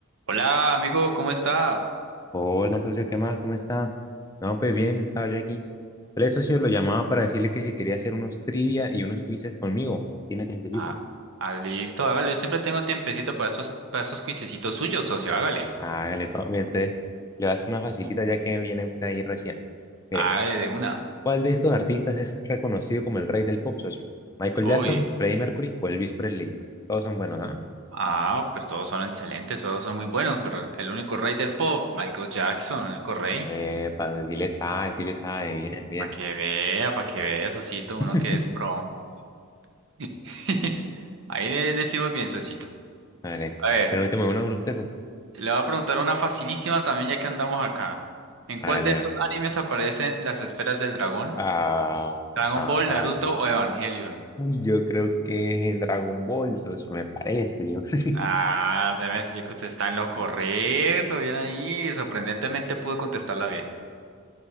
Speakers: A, on the right; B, on the left.
A: Hola, amigo, ¿cómo está?
B: Hola, socio, ¿qué más? ¿Cómo está? No, pues bien, estaba yo aquí. El socio lo llamaba para decirle que si quería hacer unos trivia y unos quizzes conmigo. ¿Tiene tiempecito?
A: Ah, Ah, listo, hágale. Yo siempre tengo tiempecito para esos, para esos cuisecitos suyos, socio. Hágale.
B: Hágale, papi. Entonces, le voy a hacer una facilita ya que viene usted ahí recién. Mire,
A: Hágale de una.
B: ¿cuál de estos artistas es reconocido como el rey del pop, socio? ¿Michael
A: Uy.
B: Jackson, Freddie Mercury o Elvis Presley? Todos son buenos, ¿ah?
A: Ah, pues todos son excelentes, todos son muy buenos, pero el único rey del pop, Michael Jackson, el único rey.
B: Eh, para decirles ah, decirles ah, bien, bien.
A: Para que vea, para que vea, socito,
B: <laughs>
A: uno que es pro. <laughs> Ahí le le decimos bien, socito.
B: Hágale.
A: A ver,
B: Permíteme uno de ustedes, socio.
A: le voy a preguntar una facilísima también, ya que andamos acá. ¿En
B: Hágale,
A: cuál de estos
B: hágale.
A: animes aparecen las esferas del dragón?
B: Ah, está
A: Dragon Ball,
B: fácil.
A: Naruto o Evangelion.
B: Uy, yo creo que es en Dragon Ball, socio, me parece. yo.
A: Ah,
B: <laughs>
A: déjeme decir que usted está en lo correcto, bien ahí. Sorprendentemente pudo contestarla bien.